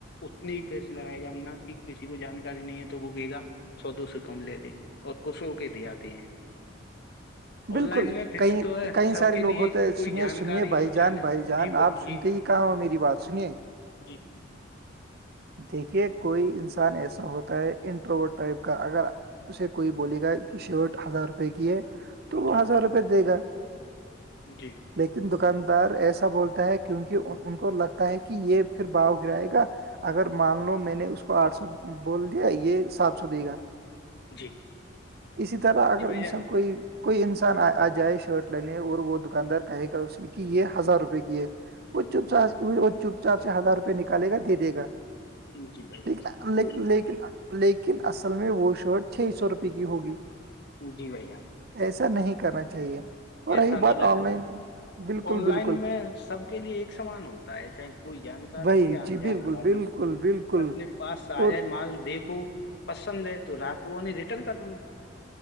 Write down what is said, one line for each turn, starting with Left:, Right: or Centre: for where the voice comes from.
Left: اتنے ہی پیسے لگائے گا نہ کہ کسی کو جانکاری نہیں ہے تو وہ گے گا سود سے کم لے لی اور کشوں کے دی آتی ہیں
Right: بالکل
Left: آن لائن میں فکس
Right: کئی
Left: تو ہے
Right: کئی
Left: سب
Right: سارے
Left: کے لیے
Right: لوگ ہوتے ہیں
Left: کوئی
Right: سنیے
Left: جانکاری
Right: سنیے بھائی
Left: ہو چاہے
Right: جان بھائی جان
Left: جی بس
Right: آپ سنتے
Left: جی
Right: ہی کہاں ہو میری بات سنیے
Left: جی
Right: دیکھیے کوئی انسان ایسا ہوتا ہے انٹروو ٹائپ کا اگر اسے کوئی بولے گا کہ شرٹ ہزار روپے کی ہے تو وہ
Left: جی
Right: ہزار روپئے دے گا
Left: جی
Right: لیکن دکاندار ایسا بولتا ہے کیونکہ ان کو لگتا ہے کہ یہ پھر باؤ گرائے گا اگر مان لو میں نے اس کو آٹھ سو بول دیا یہ سات سو دے گا
Left: جی
Right: اسی طرح اگر
Left: جی بھائی
Right: انسان
Left: جان
Right: کوئی کوئی انسان آ جائے شرٹ لینے اور وہ دکاندار کہے گا اس میں کہ یہ ہزار روپے کی ہے وہ چپ چاپ وہ چپ چاپ سے ہزار روپئے نکالے گا دے دےا
Left: جی بھائی جان
Right: ٹھیک لیکن لیکن لیکن اصل میں وہ شرٹ چھ سو روپے کی ہوگی
Left: جی بھائی جان
Right: ایسا نہیں کرنا چاہیے پر
Left: ایسا
Right: رہی
Left: نہیں
Right: بات
Left: کر
Right: آن لائن بالکل
Left: آن لائن
Right: بالکل
Left: میں سب کے لیے ایک سامان ہوتا ہے چاہے کوئی جانکار
Right: وہی
Left: ہو یا انجانکار
Right: جی بالکل بالکل
Left: ہو
Right: بالکل
Left: اپنے پاس آ
Right: اور
Left: جائے مال دیکھو پسند ہے تو رکھو اور ریٹرن کر ل